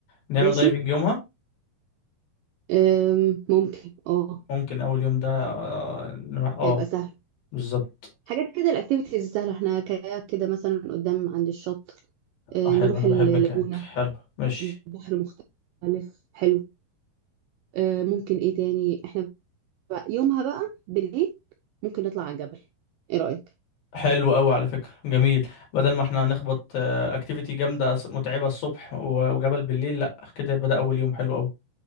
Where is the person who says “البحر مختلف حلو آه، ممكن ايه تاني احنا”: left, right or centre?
Right